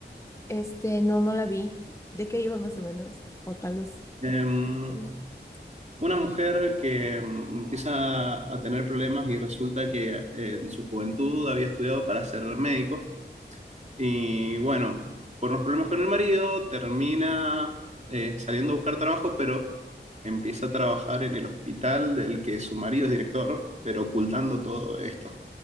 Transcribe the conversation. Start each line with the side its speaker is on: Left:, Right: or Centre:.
Left: Este, no, no la vi. ¿De qué iba más o menos? O tal vez.
Right: Em,
Left: no no me acuerdo.
Right: una mujer que em, empieza a tener problemas y resulta que eh, en su juventud había estudiado para ser médico Y bueno, por unos problemas con el marido, termina eh, saliendo a buscar trabajo, pero empieza a trabajar en el hospital del que su marido es director, pero ocultando todo esto.